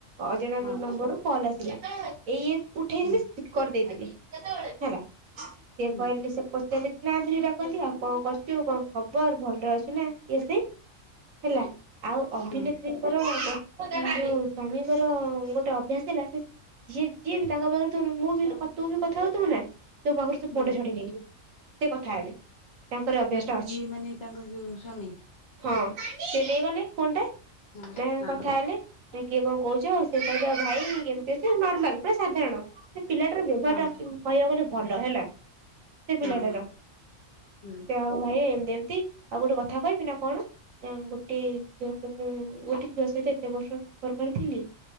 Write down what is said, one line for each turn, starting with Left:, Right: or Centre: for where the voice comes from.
Right: ଅଜଣା
Left: ହଁ
Right: ନମ୍ବର ରୁ କଲ୍ ଆସିଲା ଏଇ ଇଏ ଉଠେଇ
Left: ହୁଁ
Right: କି ସ୍ପିକର ଦେଇଦେଲି ହେଲା। ସିଏ
Left: ହୁଁ
Right: କହିଲେ ସେ ପଚାରିଲେ ନା ଧରିକି ଡାକନ୍ତି। ଆଉ କଣ କରୁଛୁ କଣ ଖବର ଭଲରେ ଅଛୁ ନା ଇଏ ସିଏ ହେଲା ଆଉ ଅଭିନେତ୍ରୀ
Left: ହୁଁ
Right: ର ଯୋଉ ସ୍ଵାମୀଙ୍କର ଗୋଟେ ଅଭ୍ୟାସ ହେଲା ସେ ଯିଏ ଯିଏ ବି ତାଙ୍କ ପାଖରେ ଥିବ ଧର ମୁଁ ବି ତୁ ବି କଥା ହଉଥିବୁ ନା ତୋ ପାଖରୁ ସେ
Left: ହୁଁ
Right: ଫୋନ ଟା ଛଡେଇ ନେଇଯିବେ ସେ କଥା ହେବେ। ତାଙ୍କର ଅଭ୍ୟାସ
Left: ମାନେ
Right: ଟା ଅଛି
Left: କିଏ ମାନେ ତାଙ୍କର ଯୋଉ ସ୍ଵାମୀ?
Right: ହଁ ସିଏ ନେଇଗଲେ ଫୋନ୍ ଟା
Left: ହଁ
Right: ନା
Left: ହଁ
Right: କଥା ହେଲେ। ଆ କିଏ କଣ କହଚ। ସିଏ କହିଲ ଆଉ ଭାଇ କେମିତି ଅଛ ନର୍ମାଲ ପୁରା ସାଧାରଣ ସେ ପିଲା ଶୋଭା
Left: ହଁ
Right: ଟା କହିବାକୁ ଗଲେ ଭଲ ହେଲା। ସେ ପିଲାଟାର।
Left: ହଁ ହଁ ହୁଁ
Right: ସେ ଆଉ ଭାଇ ଏମିତି ଏମିତି ଆଉ ଗୋଟେ କଥା କହିବି ନା କଣ? ନା ଗୋଟେ ଝିଅକୁ ମୁଁ ଗୋଟେ ଝିଅ ସହିତ ଏତେ ବର୍ଷ ସମ୍ପର୍କରେ ଥିଲି।